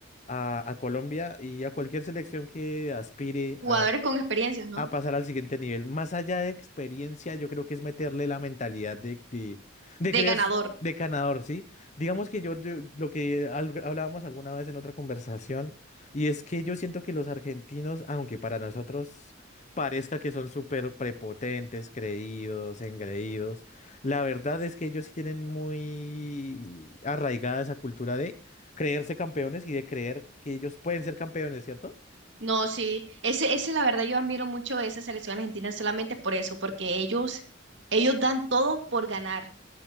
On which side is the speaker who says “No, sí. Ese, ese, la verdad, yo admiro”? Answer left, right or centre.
Right